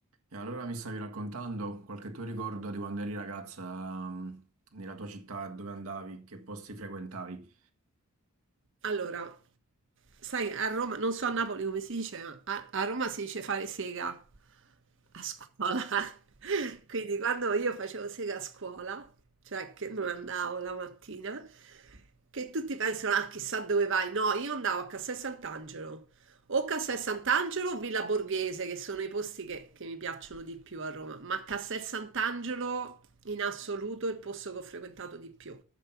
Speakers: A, on the right; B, on the right.
A: E allora mi stavi raccontando qualche tuo ricordo di quando eri ragazza, mm, nella tua città, dove andavi, che posti frequentavi?
B: Allora, sai, a Roma, non so a Napoli come si dice, ma a, a Roma si dice fare sega a scuola. <laughs> Quindi quando io facevo sega a scuola, cioè che non andavo la mattina, che tutti pensano, ah, chissà dove vai. No, io andavo a Castel Sant'Angelo o Castel Sant'Angelo o Villa Borghese, che sono i posti che, che mi piacciono di più a Roma, ma Castel Sant'Angelo in assoluto è il posto che ho frequentato di più